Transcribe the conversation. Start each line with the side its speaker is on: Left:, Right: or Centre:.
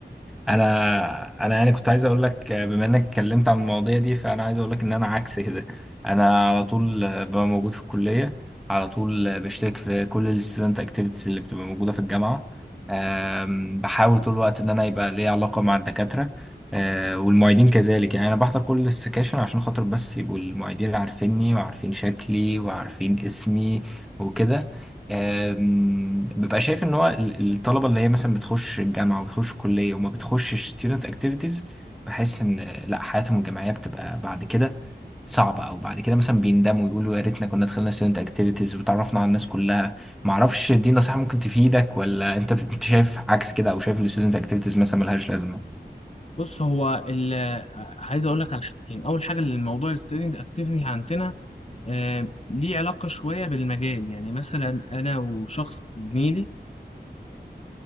Centre: انا انا يعني كنت عايز اقول لك آه، بما انك اتكلمت عن المواضيع دي فانا عايز اقول لك ان انا عكس كده انا على طول آه، ببقى موجود في الكليه على طول آه، بشترك في كل الستودنت اكتيفيتيز اللي بتبقى موجوده في الجامعه آم، بحاول طول الوقت ان انا يبقى ليا علاقه مع الدكاتره آه، والمعيدين كذلك يعني انا بحضر كل السكاشن عشان خاطر بس يبقوا المعيدين عارفيني وعارفين شكلي وعارفين اسمي وكده أم، ببقى شايف ان هو ال- الطلبه اللي هي مثلا بتخش الجامعه وبتخش الكليه وما بتخشش ستودنت اكتيفيتيز بحس ان آه، لا حياتهم الجامعيه بتبقى بعد كده صعبه او بعد كده مثلا بيندموا ويقولوا يا ريتنا كنا دخلنا ستودنت اكتيفيتيز وتعرفنا على الناس كلها ما اعرفش دي نصيحه ممكن تفيدك ولا انت بت- انت شايف عكس كده او شايف الستودنت اكتيفيتيز مثلا ملهاش لازمه
Left: بص هو ال- آه، عايز أقول لك على حاجتين أول حاجة اللي الموضوع الستودنت أكتيفني عندنا آه، ليه علاقة شوية بالمجال يعني مثلا أنا وشخص زميلي